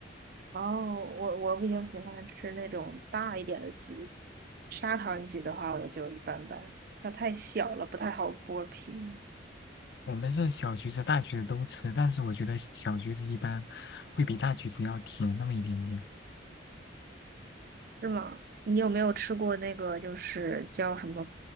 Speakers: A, on the right (about 50°); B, on the left (about 60°).
A: 哦，我我比较喜欢吃那种大一点的橘子，砂糖橘的话我就一般般，它太小了不太好剥皮，
B: 我们是小橘子、大橘子都吃，但是我觉得小橘子一般会比大橘子要甜那么一点点，
A: 是吗？你有没有吃过那个就是叫什么